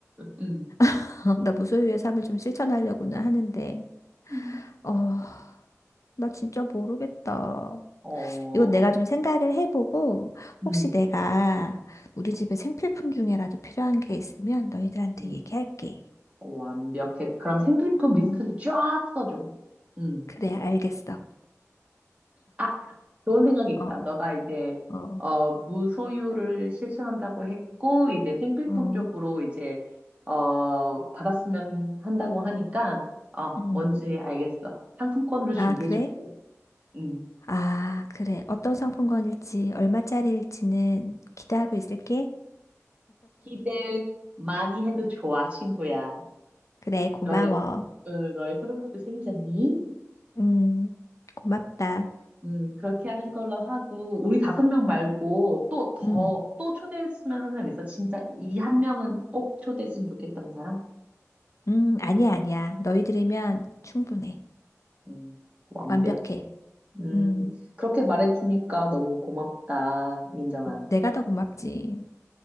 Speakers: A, on the right; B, on the left.
A: 음,
B: <laughs> 나 무소유의 삶을 좀 실천하려고는 하는데,
A: 음.
B: 어, 나 진짜 모르겠다.
A: 어,
B: 이건 내가 좀 생각을 해보고,
A: 음,
B: 혹시 내가 우리 집에 생필품 중에라도 필요한 게 있으면 너희들한테
A: 음.
B: 얘기할게.
A: 완벽해. 그럼 생필품 리스트를
B: 어,
A: 쫙 써줘. 음.
B: 그래, 알겠어.
A: 아, 좋은 생각이 있다.
B: 어,
A: 너가 이제,
B: 어,
A: 어, 무소유를 실천한다고 했고, 이제 생필품
B: 음,
A: 쪽으로 이제, 어, 받았으면 한다고 하니까, 어,
B: 음.
A: 뭔지 알겠어. 상품권으로 준비해줄게.
B: 아, 그래?
A: 음.
B: 아, 그래. 어떤 상품권일지, 얼마짜리일지는 기대하고 있을게.
A: 기대 많이 해도 좋아, 친구야.
B: 그래, 고마워.
A: 너의, 어, 너의 서른 번째 생일잖니?
B: 음, 고맙다.
A: 음, 그렇게 하는 걸로 하고, 우리 다섯 명 말고 또 더,
B: 음,
A: 또 초대했으면 하는 사람 있어? 진짜 이 한 명은 꼭 초대했으면 좋겠다는 사람?
B: 음, 아니야, 아니야. 너희들이면 충분해.
A: 음, 완벽해.
B: 완벽해.
A: 음,
B: 음,
A: 그렇게 말해주니까 너무 고맙다, 민정아.
B: 음, 내가 더 고맙지.